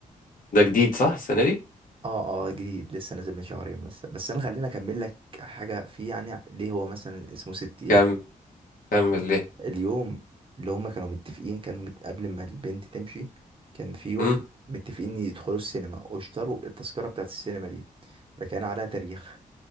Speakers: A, on the left (about 70°); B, on the right (about 40°).
A: ده جديد صح السنه دي
B: اه اه جديد لسه نازل من شهرين بس بس انا خليني اكمل لك حاجة فيه يعني ليه هو مثلا اسمه ست ايام
A: كم كمل ليه
B: اليوم اللي هما كانوا متفقين كانوا مت... قبل ما البنت تمشي كان في يوم
A: مم.
B: متفقين يدخلوا السينما واشتروا التذكرة بتاعت السينما دي فكان عليها تاريخ